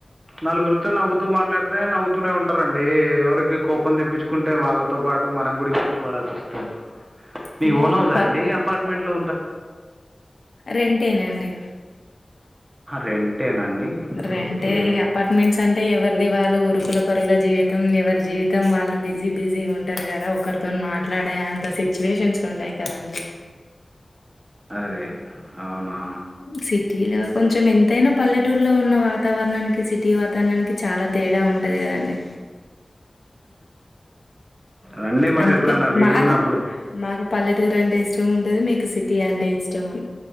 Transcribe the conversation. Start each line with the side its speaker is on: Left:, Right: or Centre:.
Right: నలుగురితో నవ్వుతూ మాట్లాడితే నవ్వుతూనే ఉంటారండి ఎవరికి కోపం తెప్పించుకుం టే వాళ్ళతో పాటు మనం గూడా ఇబ్బంది పడాల్సోస్తది మీకు
Left: అంటే
Right: ఓనహౌజ
Left: ప
Right: అండి అపార్ట్మెంట్ లో
Left: రెంటేనండి
Right: రెంటేనా అండి
Left: రెంటే
Right: ఓకే
Left: ఇగ అపార్ట్మెంట్స్ అం టే ఎవర్ది వాళ్ళు ఉరుకుల పరుగుల జీవితం ఎవరి జీవితం వాళ్ళు బిజీ బిజీ ఉంటారు గదా ఒకరితోన్ మాట్లాడే అంత సిచ్యువేషన్స్ ఉండయి కదండి
Right: అదే అవునా
Left: సిటీలో కొంచం ఎంతైనా పల్లెటూరులో ఉన్న వాతావరణానికి సిటీ వాతావరణానికి చాలా తేడా ఉంటది గదండి
Right: రండి మరి
Left: అందుకే
Right: ఎప్పుడనా వీళ్లున్నప్పుడు
Left: మాకు మాకు పల్లెటూరు అంటే ఇష్టం ఉంటది మీకు సిటీ అంటే ఇష్టం ఉంట్